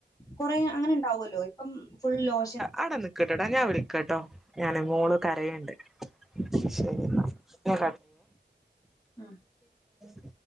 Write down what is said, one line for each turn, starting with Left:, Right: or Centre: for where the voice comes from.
Left: കൊറ അങ്ങനെ ഉണ്ടാവല്ലോ ഇപ്പം ഫുൾ ലോ
Centre: അവിട നിിക്കട്ടടാ ഞാൻ വിളിക്കട്ടോ ഞൻ മോളും കരയുണ്ട് ശരി ഇ
Left: ആ
Centre: കട്ട